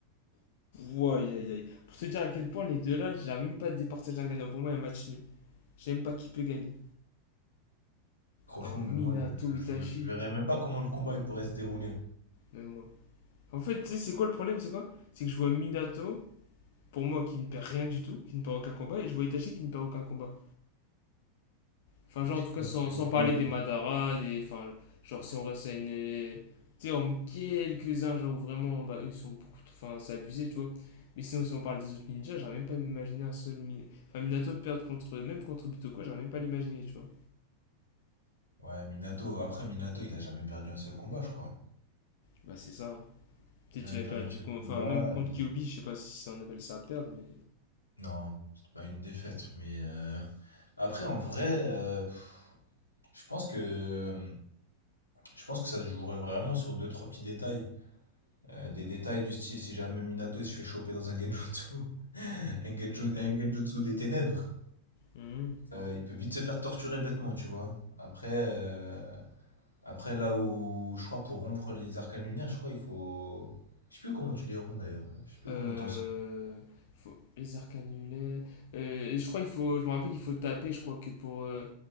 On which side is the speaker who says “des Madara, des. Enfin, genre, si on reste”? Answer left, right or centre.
Left